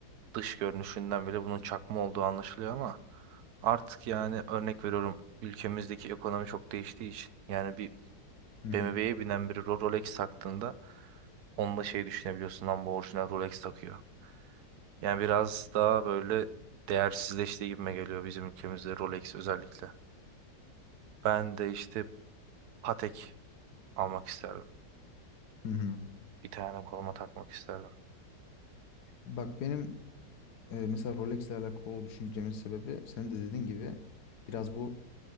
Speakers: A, on the right (about 70°); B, on the left (about 65°).
A: dış görünüşünden bile bunun çakma olduğu anlaşılıyor ama artık yani örnek veriyorum ülkemizdeki ekonomi çok değiştiği için yani bir
B: Hı hı.
A: BMW'ye binen biri Ro- Rolex taktığında onunla şey düşünebiliyorsun lan bu orijinal Rolex takıyor. Yani biraz daha böyle değersizleştiği gibime geliyor bizim ülkemizde Rolex özellikle. Ben de işte Patek almak isterdim.
B: Hı hı.
A: Bir tane koluma takmak isterdim.
B: Bak benim e, mesela Rolex'le alakalı düşüncemin sebebi sen de dediğin gibi biraz bu